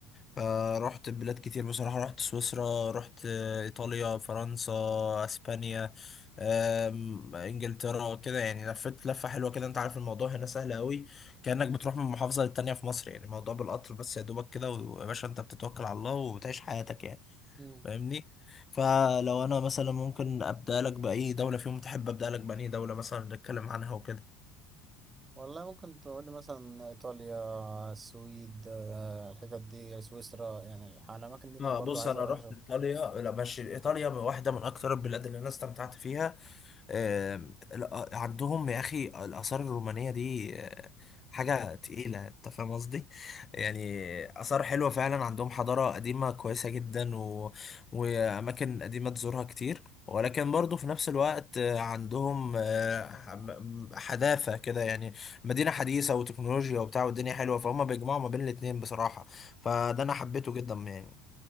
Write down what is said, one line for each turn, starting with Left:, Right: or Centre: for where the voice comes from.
Left: فرحت بلاد كتير بصراحة رحت سويسرا رحت إيطاليا فرنسا أسبانيا أم، إنجلترا كده يعني لفيت لفة حلوة كده أنت عارف الموضوع هنا سهل قوي كأنك بتروح من محافظة للتانية في مصر يعني الموضوع بالقطر بس يا دوبك كده ويا باشا أنت بتتوكل على الله وبتعيش حياتك يعني
Right: مم.
Left: فاهمني فلو أنا مثلا ممكن أبدأ لك بأي دولة فيهم تحب أبدأ لك بأي دولة مثلا نتكلم عنها وكده
Right: والله ممكن تقولي مثلا إيطاليا السويد آه، الحتت دي سويسرا يعني الح- الأماكن دي اللي
Left: اه
Right: برضو
Left: بص
Right: عايز
Left: انا
Right: أروح
Left: رحت
Right: أشوفها
Left: ايطاليا لا ماشي ايطاليا واحده من اكتر البلاد اللي انا استمتعت فيها آه، الأ- عندهم يا أخي الآثار الرومانية دي آه، حاجة
Right: مم.
Left: تقيلة أنت فاهم قصدي؟ يعني آثار حلوة فعلا عندهم حضارة قديمة كويسة جدا و... وأماكن قديمة تزورها كتير ولكن برضه في نفس الوقت آه، عندهم آه، ح- حداثة كده يعني مدينة حديثة وتكنولوجيا وبتاع والدنيا حلوة فهم بيجمعوا ما بين الاتنين بصراحة فده أنا حبيته جدا يعني